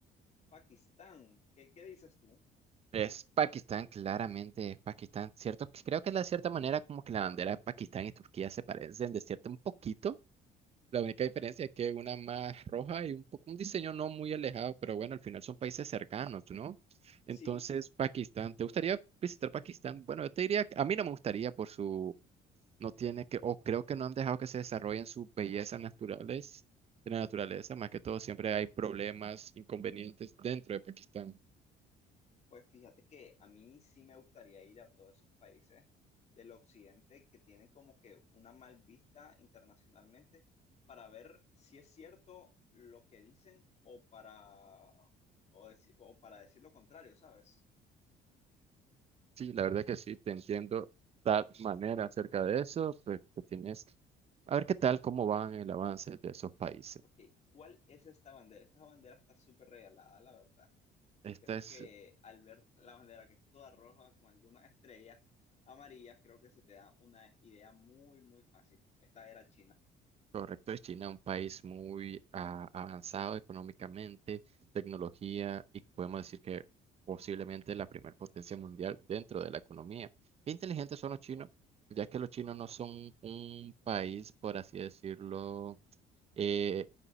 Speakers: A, on the left; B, on the right.
A: Pakistán. ¿Qué, qué dices tú?
B: Es Pakistán, claramente es Pakistán, ¿cierto? Creo que de cierta manera como que la bandera de Pakistán y Turquía se parecen de cierto un poquito. La única diferencia es que una más roja y un poco un diseño no muy alejado, pero bueno, al final son países cercanos, ¿no? Entonces,
A: Sí,
B: Pakistán, ¿te gustaría visitar Pakistán? Bueno, yo te diría, que a mí no me gustaría por su, no tiene que, o creo que no han dejado que se desarrollen sus bellezas naturales, de la naturaleza, más que todo siempre hay problemas, inconvenientes dentro de Pakistán.
A: Pues fíjate que a mí sí me gustaría ir a todos esos países del occidente que tienen como que una mal vista internacionalmente para ver si es cierto lo que dicen o para, o deci- o para decir lo contrario, ¿sabes?
B: Sí, la verdad que sí, te entiendo tal manera acerca de eso, pues que tienes... A ver qué tal, cómo van el avance de esos países.
A: Ok, ¿cuál es esta bandera? Esta bandera está súper regalada, la verdad.
B: Esta
A: Creo
B: es
A: que al ver la bandera que es toda roja con algunas estrellas amarillas, creo que se te da una idea muy, muy fácil. Esta era China.
B: Correcto, es China un país muy ah, avanzado económicamente, tecnología y podemos decir que posiblemente la primer potencia mundial dentro de la economía. Qué inteligentes son los chinos, ya que los chinos no son un país, por así decirlo, eh,